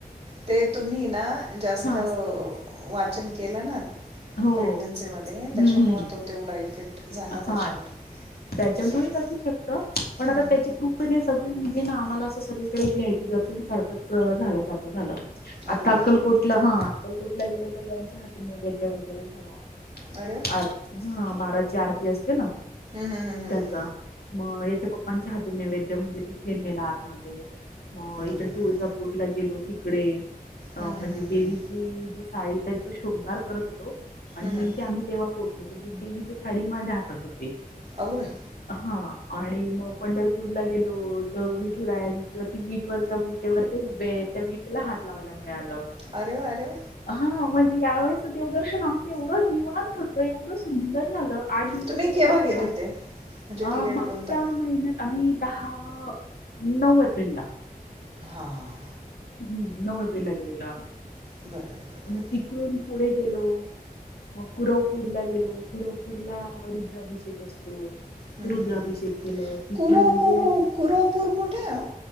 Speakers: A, on the right (about 45°); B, on the left (about 80°).
A: ते तुम्ही ना जास्त
B: हा
A: वाचन केला ना
B: हो
A: प्रेग्नन्सीमध्ये
B: हम्म
A: त्याच्यामुळं
B: हम्म
A: तो तेवढा इफेक्ट झाला
B: हा
A: त्याच्यावर
B: त्याच्यामुळे
A: असं
B: असू शकत पण आता
A: हम्म, हम्म.
B: त्याची कृपने सगळी म्हणजे ना आम्हाला असं सगळीकडे जी विहाय पी दर्शन सारखंच झाल्यासारखं झालं आता
A: अगोबाई
B: अकलकोटला हा अक्कलकोटला गेलो तर यांच्या हातून वग वगैरे झाला
A: अरे वा
B: हा बाराची आरती असते ना
A: हम् हम हम
B: त्याचा
A: ह
B: मग याच्या पप्पांच्या हातून नैवेद्य म्हणजे तिथे नेला आतमध्येध्ये मग इकडे
A: बरं बरं
B: तुळजापूरला
A: बरं
B: गेलो तिकडे अ
A: हम्म, हम्म,
B: म्हणजे
A: हम्म,
B: देवीची
A: हम्म.
B: जी साडी त्याच शृंगार करत हो आणि
A: हम्म, हम्म.
B: नेमकीे आम्ही तेव्हा पोहोचलो तर देवीची साडी माझ्या हातात हो
A: अगोबाई
B: हा आणि मग पंढरपूरला गेलो तर विठुरायाच ती विटवर ज विटेवर ते हुबे विटीला हात लावायला मिळाला
A: अरे वा अरे वा
B: यावेळेसच देवदर्शन आमचं एवढं निवांत होतं एवढं सुंदर झा आठ दिवसाचा
A: तुम्ही
B: प्रवास
A: गेले
B: केव्हा
A: होते म्हणजे
B: अ
A: पिरियड
B: मागच्या
A: कोणता
B: महिन्यात आम् दहा नऊ एप्रिलला
A: हा ह
B: हम् नऊ एप्रिल ला गेलेलो आम्ही
A: बरोबर बरबर
B: तर मग तिकडून पुढे गेलो मग कुरवपूरला गेलो कुरवपूरला रुद्राभिषेक असतो
A: हं, हं,
B: रुद्राभिषेक
A: हं.
B: केलं तिथे
A: कुरवपू
B: म्हणजे
A: कु कुरवपूर कुठे आहे हो